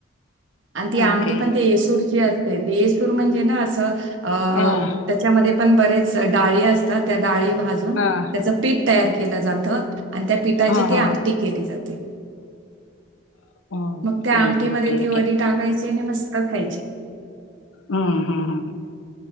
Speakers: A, on the right; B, on the left.
A: आणि ती आमटी
B: ओके
A: पण ते येसूरची अस ते येशूर म्हणजे ना असं अ
B: हां
A: त्याच्यामध्ये पण बरेच डाळी असतात त्या डाळी भाजुन
B: हां
A: त्याच पीठ तयार केलं जात आणि त्या पीठाची
B: हां
A: ती
B: हां
A: अटी केली जाते
B: हां ओके
A: मग त्या आमटी
B: ओके
A: म ती वरी टाकायची आणि मस्त खायची
B: हम हम् हम ह